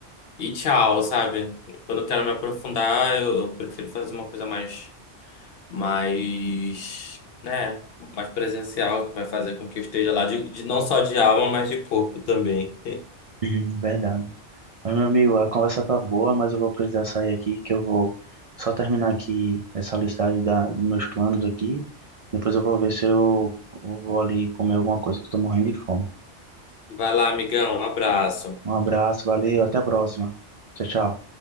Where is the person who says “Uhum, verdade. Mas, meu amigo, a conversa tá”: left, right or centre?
Right